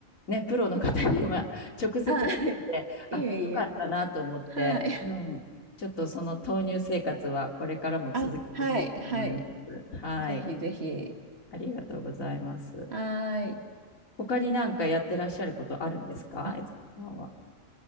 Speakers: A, on the left; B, on the right.
A: ね、プロの方に今直接聞いて、
B: ああ、はい。<laughs> いえいえ。
A: あ、よかったなと思って、
B: はい。
A: うん、ちょっとその豆乳生活はこれからも続けてみようと思います。
B: <laughs> あ、はい、はい。
A: はい、
B: ぜひぜひ。
A: ありがとうございます。
B: はーい。
A: 他に何かやってらっしゃることあるんですか、
B: あ
A: えつこさんは。